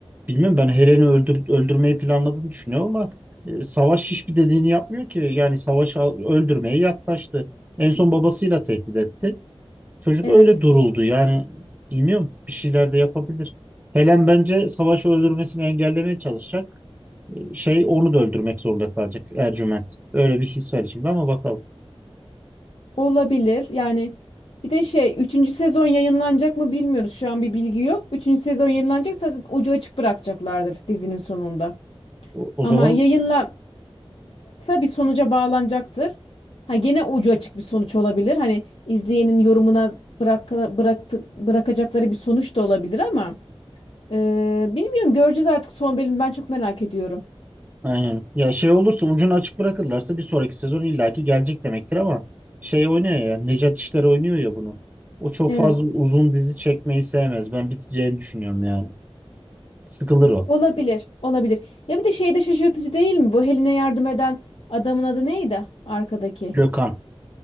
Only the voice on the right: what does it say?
bilmiyorum ben Helen'i öldür, öldürmeyi planladığını düşünüyorum ama e, Savaş hiçbir dediğini yapmıyor ki. Yani Savaş al- öldürmeye yaklaştı. En son babasıyla tehdit etti. Çocuk
öyle duruldu. Yani bilmiyorum bir şeyler de yapabilir. Helen bence Savaş'ı öldürmesini engellemeye çalışacak. Şey onu da öldürmek zorunda kalacak Ercüment. Öyle bir his var içimde ama bakalım.
O, o
zaman
aynen. Ya şey olursa ucunu açık bırakırlarsa bir sonraki sezon illaki gelecek demektir ama şey oynuyor ya Necat İşler oynuyor ya bunu. O çok
fazla uzun dizi çekmeyi sevmez. Ben biteceğini düşünüyorum yani. Sıkılır o.
Gökhan.